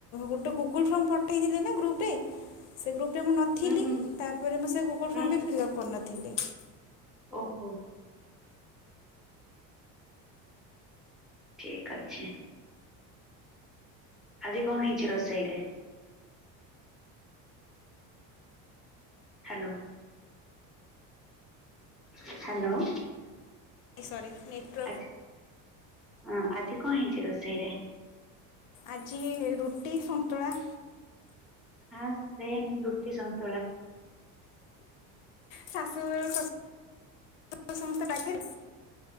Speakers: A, on the left; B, in the centre.
A: ଗୋଟେ ଗୁଗୁଲ୍ ଫର୍ମ ପଠେଇଥିଲେ ନା ଗ୍ରୁପ୍ ରେ, ସେ ଗ୍ରୁପ୍ ରେ ମୁଁ ନଥିଲି,
B: ହୁଁ ହୁଁ ହୁଁ
A: ତାପରେ ମୁଁ ସେ ଗୁଗଲ୍ ଫର୍ମ
B: ହୁଁ।
A: ବି ଫିଲ୍ଅପ୍ କରିନଥିଲି।
B: ଓହୋ। ଠିକ ଅଛି। ଆଜି କଣ ହେଇଛି ରୋଷେଇ ରେ? ହ୍ୟାଲୋ। ହ୍ୟାଲୋ।
A: ସରି ନେଟ୍ ୱା
B: ଆଛା, ହଁ ଆଜି କଣ ହେଇଛି ରୋଷେଇରେ?
A: ଆଜି ରୁଟି ସନ୍ତୁଳା।
B: ହଁ ସେମ୍ ରୁଟି ସନ୍ତୁଳା।
A: ଶାଶୁ ଶଶୁର ସମସ୍ତେ ପାଖେରେ?